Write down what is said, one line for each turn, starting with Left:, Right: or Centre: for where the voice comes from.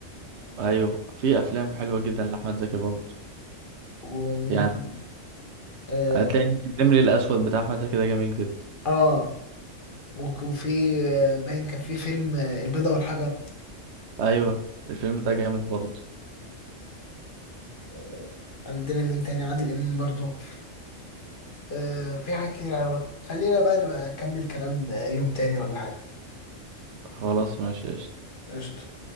Right: ايوه في افلام حلوة جدا لاحمد زكي برضه
Left: ومين
Right: يعني
Left: تاني آه,
Right: هتلاقي إن النمر الاسود بتاع احمد زكي ده جميل جدا
Left: آه وك- وفي آه، باين كان في فيلم آه، البيضة والحجر
Right: ايوه الفيلم ده جامد برضه
Left: آه، عندنا مين تاني عادل إمام برضه آه في حاجات كتير أوي خلينا بقى نبقى نكمل كلام آه، يوم تاني ولا حاجة
Right: خلاص ماشي قشطة.
Left: قشطة